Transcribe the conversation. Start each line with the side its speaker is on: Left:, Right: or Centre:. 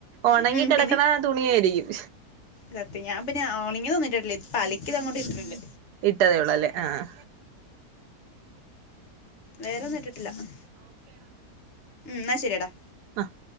Right: ഉണങ്ങി
Left: ഉം
Right: കെടക്കണ
Left: പിന്നെ
Right: തുണിയായിരിക്കും
Left: സത്യം ഞാൻ പിന്നെ ഉണങ്ങിയതൊന്നും ഇട്ടിട്ടില്ല ഇപ്പോ അലക്കിയത് അങ്ങോട്ട് ഇട്ടിട്ടുണ്ട്
Right: ഇട്ടതേ ഉള്ളു അല്ലേ ആഹ്
Left: വേറെ ഒന്നും ഇട്ടിട്ടില്ല ഉം ഇന്ന ശരിടാ
Right: ആഹ്